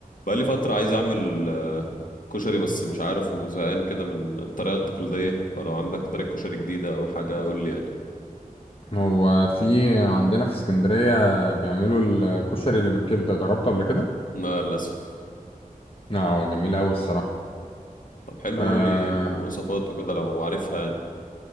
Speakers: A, on the left; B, on the left.
A: بقالي فترة عايز أعمل آه، كشري بس مش عارف وزهقان كده من الطريقة التقليدية فلو عندك طريقة كشري جديدة أو حاجة قول لي يعني
B: هو في عندنا في اسكندرية بيعملوا الكشري اللي بالكبدة جربته قبل كده؟
A: لا للأسف
B: اه جميل أوي الصراحة
A: طب حلو
B: آه
A: قول لي مواصفات وكده لو عارفها يعني